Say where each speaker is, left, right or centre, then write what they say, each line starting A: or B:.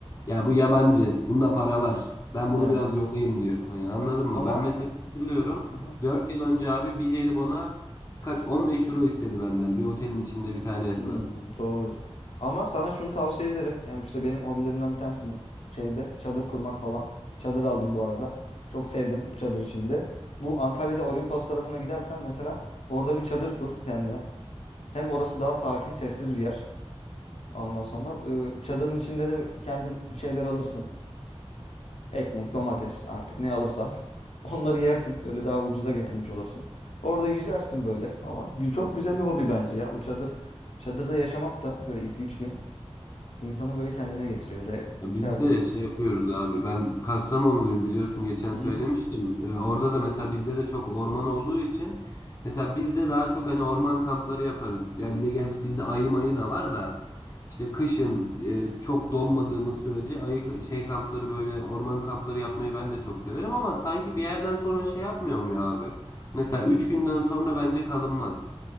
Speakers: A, on the left (about 30°); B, on the left (about 80°).
A: Ya bu yabancı. Bunda para
B: Hı hı.
A: var. Ben
B: Ee,
A: bunu biraz yolayım diyor. Hani anladın mı?
B: ama
A: Ben mesela hatırlıyorum.
B: Aha.
A: dört yıl önce abi bir jelibona kaç 15 euro istedi benden. Bir otelin içinde bir tane esnaf.
B: Hmm, doğrudur. Ama sana şunu tavsiye ederim. Yani işte benim hobilerimden bir tanesi de bu şeyde çadır kurmak falan. Çadır aldım bu arada. Çok sevdim bu çadır içinde. Bu Antalya'da Olimpos tarafına gidersen mesela orada bir çadır kur kendine. Hem orası daha sakin, sessiz bir yer. Ondan sonra e, çadırın içinde de kendin bir şeyler alırsın. Ekmek, domates artık ne alırsan. <laughs> Onları yersin. Böyle daha ucuza getirmiş olursun. Orada yüzersin böyle falan. Gü- Çok güzel bir hobi bence ya. Bu çadır Çadırda yaşamak da şöyle iki üç gün. İnsanı böyle kendine getiriyor. Re-
A: Ya Biz
B: şey yapıyorsun
A: de şey
B: yani.
A: yapıyoruz abi. Ben Kastamonluyum biliyorsun geçen
B: Hı
A: söylemiştim.
B: hı.
A: Ee, orada da mesela bizde de çok orman olduğu için mesela bizde daha çok hani orman kampları yaparız. Ya bir de gerçi bizde ayı mayı da var da işte kışın e, çok donmadığımız sürece ayı şey kampları böyle orman kampları yapmayı ben de çok severim ama sanki bir yerden sonra şey yapmıyor mu ya abi? Mesela 3 günden sonra bence kalınmaz.